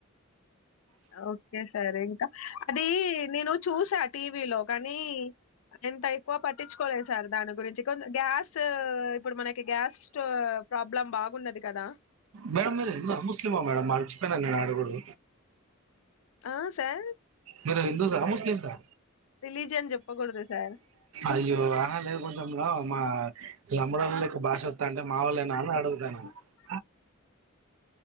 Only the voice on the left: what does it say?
ఓకే సార్ ఇంకా అది నేను చూసా టీవీలో కానీ ఎంత ఎక్కువ పట్టించుకోలేదు సార్ దాని గురించి కొ గ్యాస్ ఇప్పుడు మనకి గ్యాస్ స్టో ప్రాబ్లం బాగున్నది కదా
ఆ సార్
రిలీజియన్ చెప్పకూడదు సార్
<inaudible> <inaudible>